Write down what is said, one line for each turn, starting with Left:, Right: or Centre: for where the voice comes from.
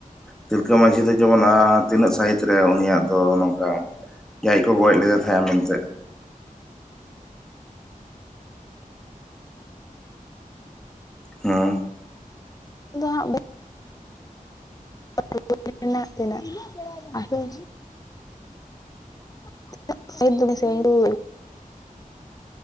Centre: ᱛᱤᱞᱠᱟᱹ ᱢᱟᱹᱡᱷᱤ ᱫᱚ ᱡᱮᱢᱚᱱ ᱮᱸ ᱛᱤᱱᱟᱹᱜ ᱥᱟᱹᱦᱤᱛ ᱨᱮ ᱩᱱᱤᱭᱟᱜ ᱫᱚ ᱱᱚᱝᱠᱟ ᱟᱭᱡᱮ ᱠᱚ ᱜᱚᱡ ᱞᱮᱫᱮᱭᱟ ᱛᱟᱦᱮᱸ ᱟ ᱢᱮᱱᱛᱮ᱾ ᱦᱮᱸ
Left: ᱫᱚ ᱦᱟᱸᱜ <unintelligible> ᱨᱮᱱᱟᱜ ᱛᱤᱱᱟᱹᱜ ᱟ <unintelligible> <unintelligible>